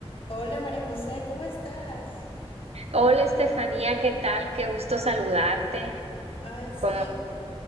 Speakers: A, on the left (about 60°); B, on the right (about 80°).
A: Hola María José, ¿cómo estás?
B: Hola Estefanía, ¿qué tal? Qué gusto saludarte.
A: Ay, sí,
B: Como,